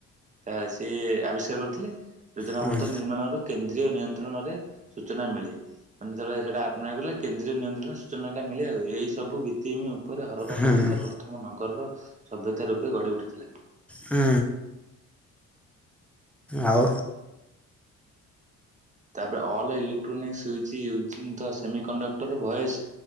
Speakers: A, on the right; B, in the centre.
A: ତ ସିଏ ଆବିଷ୍କାର କରିଥିଲେ। ଯୋଜନାବଦ୍ଧ
B: ହୁଁ
A: ନିର୍ମାଣରୁ କେ ନ୍ଦ୍ରୀୟ ନିୟନ୍ତ୍ରଣରେ ସୂଚନା ମିଳେ ମାନେ ସେଟା ଆପ କଲେ କେନ୍ଦ୍ରୀୟ ନିୟନ୍ତ୍ରଣରେ ସୂଚନା ଟା ମିଳେ ଆଉ ଏଇ ସବୁ ଭିତ୍ତିଭୂମି ଉପ ଉପରେ ହରବା
B: ହୁଁ
A: ସଭ୍ୟତା ପ୍ରଥମ ନଗରର ସଭ୍ୟତା ରୂପେ ଗଢି ଉଠିଥିଲା।
B: ହଁ। ଆଉ।
A: ତାପରେ all electronics switch ଉଜୀ the semiconductor voice